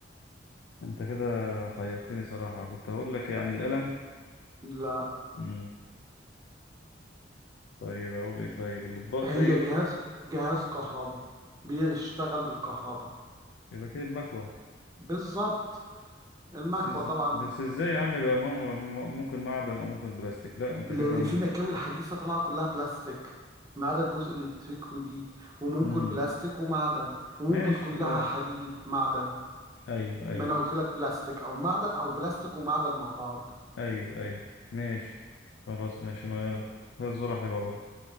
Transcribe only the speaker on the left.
انت كده حيرتني صراحة كنت هقول لك يعني القلم
مم. طيب اقول ايه طيب الاطباق
طيب
يبقى كده المكوة
بس إز-
بس ازاي يا عم يبقى مم- مم- ممكن معدن او ممكن بلاستيك لا انت
كده م-
مم.
ماشي
اه
ايوه ايوه
ايوه ايوه ماشي خلاص ماشي ما
الزورة حلوة برضه